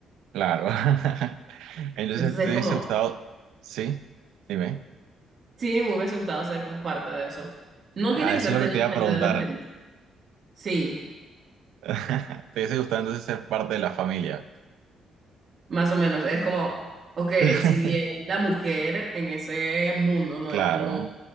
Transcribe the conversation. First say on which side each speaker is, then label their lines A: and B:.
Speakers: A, on the right; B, on the right.
A: Claro. <laughs> Entonces,
B: Entonces
A: ¿te
B: es
A: hubiese
B: como,
A: gustado? Sí, dime.
B: sí, me hubiese gustado ser como parte de eso. No
A: Ah,
B: tiene que
A: eso
B: ser
A: es
B: técnicamente
A: lo que te iba a preguntar.
B: de los Medici. Sí,
A: <laughs> ¿Te hubiese gustado entonces ser parte de la familia?
B: más o menos. Es como, ok,
A: <laughs>
B: si bien la mujer en ese mundo no
A: Claro,
B: era como